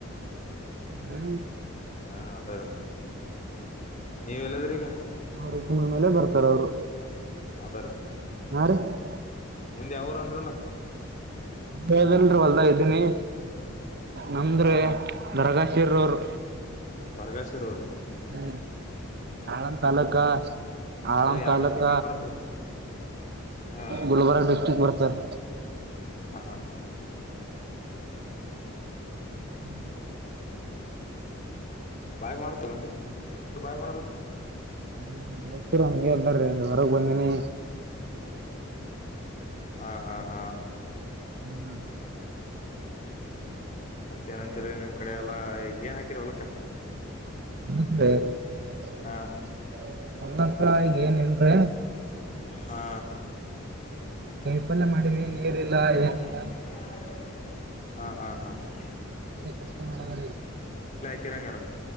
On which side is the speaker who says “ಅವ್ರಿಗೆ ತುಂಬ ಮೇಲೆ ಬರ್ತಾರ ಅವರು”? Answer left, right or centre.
Right